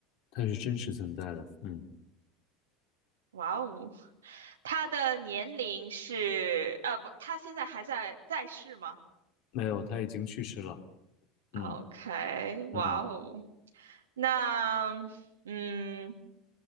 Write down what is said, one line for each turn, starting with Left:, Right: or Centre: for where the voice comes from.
Left: 他是真实存在的。嗯，
Right: 哇哦，他的年龄是，呃，不，他现在还在在世吗
Left: 没有，他已经去世了。嗯
Right: ？OK，哇哦，
Left: 嗯
Right: 那嗯，